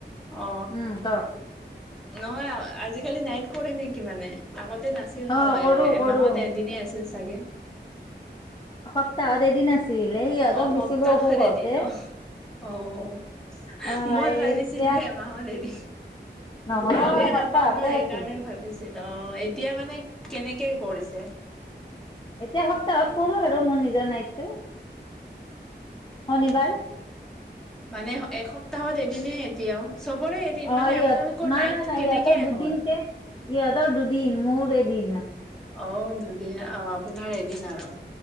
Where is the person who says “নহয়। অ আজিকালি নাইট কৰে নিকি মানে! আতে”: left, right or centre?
Centre